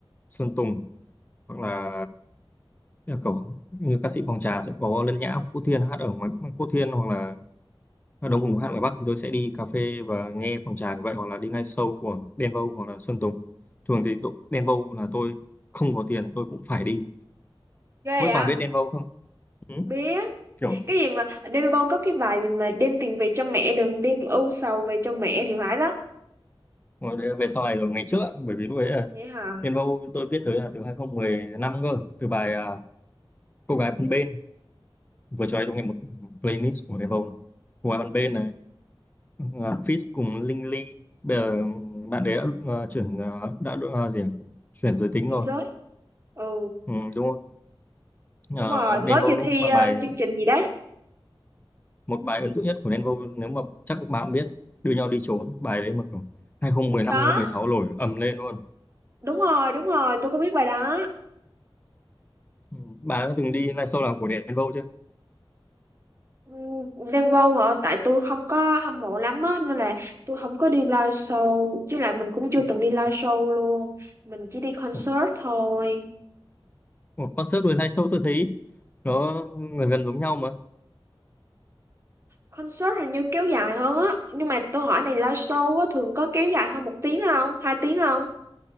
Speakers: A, on the left (about 20°); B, on the right (about 30°).
A: Sơn Tùng hoặc là ừ, kiểu như ca sĩ Phòng Trà sẽ có Lân Nhã, Quốc Thiên hát ở ngoài Quốc Thiên hoặc là Ở Đông Hùng hát ngoài Bắc thì tôi sẽ đi cà phê và nghe phòng trà như vậy hoặc là đi ngay show của Đen Vâu hoặc là Sơn Tùng. Thường thì tụ- Đen Vâu là tôi không có tiền tôi cũng phải đi.
B: Ghê
A: Mỗi
B: vậy?
A: bà biết Đen Vâu không? Ừ?
B: Biết.
A: Kiểu
B: Cái gì mà Đen Vâu có cái bài gì mà đem tiền về cho mẹ đừng đem ưu sầu về cho mẹ thì phải đó.
A: ngồi đây- về sau này rồi ngày trước ạ, bởi vì lúc ấy là
B: Vậy hả?
A: Đen Vâu tôi biết tới là từ 2015 cơ từ bài à, Cô gái bên bên vừa cho ấy tôi nghe một playlist của Đen Vâu này. Cô gái bên bên này uh, Fizz cùng Linh Ly bây giờ ừ, bạn đấy đã à, chuyển à, đã à, gì ạ? chuyển giới tính
B: Chuyên
A: rồi.
B: giới. Ừ,
A: Ừ, đúng rồi. Ờ,
B: đúng rồi,
A: Đen
B: mới
A: Vâu
B: vừa
A: đúng
B: thi
A: là
B: ờ,
A: bài
B: chương trình gì đấy.
A: một bài ấn tượng nhất của Đen Vâu nếu mà chắc các bạn biết đưa nhau đi trốn bài đấy mà kiểu 2015
B: Có,
A: 2016 nổi ầm lên luôn
B: đúng rồi, đúng rồi, tôi có biết bài đó.
A: ừ. Bà đã từng đi live show nào của Đen Vâu chưa
B: Ừm, Đen Vâu hả? Tại tôi không có hâm mộ lắm á nên là tôi không có đi live show chứ lại mình cũng chưa
A: ừ.
B: từng đi live show luôn mình chỉ đi concert
A: ừ.
B: thôi
A: Một concert với live show tôi thấy nó gần gần giống nhau mà
B: concert hình như kéo dài hơn á nhưng mà tôi hỏi này live show á thường có kéo dài hơn một tiếng không hai tiếng không